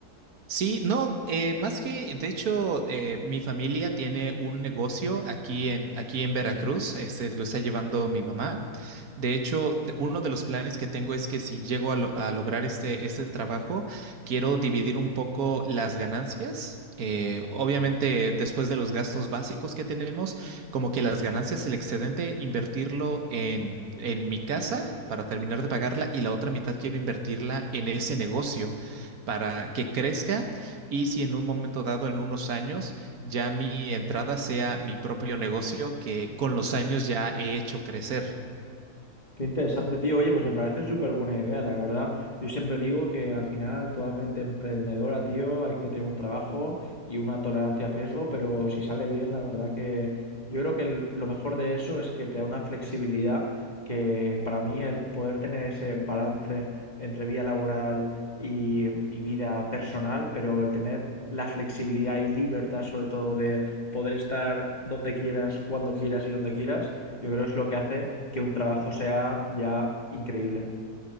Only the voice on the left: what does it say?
Qué interesante, tío. Oye, pues me parece súper buena idea, la verdad. Yo siempre digo que al final toda mente emprendedora, tío, hay que tener un trabajo y una tolerancia al riesgo, pero si sale bien, la verdad que yo creo que el- lo mejor de eso es que te da una flexibilidad que para mí el poder tener ese balance entre vida laboral y, y vida personal, pero el tener la flexibilidad y libertad sobre todo de poder estar donde quieras, cuando quieras y donde quieras yo creo que es lo que hace que un trabajo sea ya increíble.